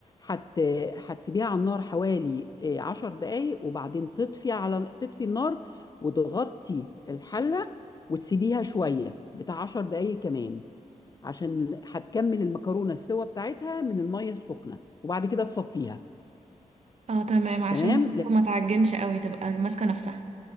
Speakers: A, on the left; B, on the right.
A: هت هتسيبيها على النار حوالي آه، عشر دقايق وبعدين تطفي على تطفي النار وتغطي الحلة وتسيبيها شوية بتاع عشر دقايق كمان عشان هتكمل المكرونة السوا بتاعتها من المية السخنة وبعد كده تصفيها
B: اه تمام عشان
A: تمام
B: برضه ما تعجنش قوي تبقى ماسكه نفسها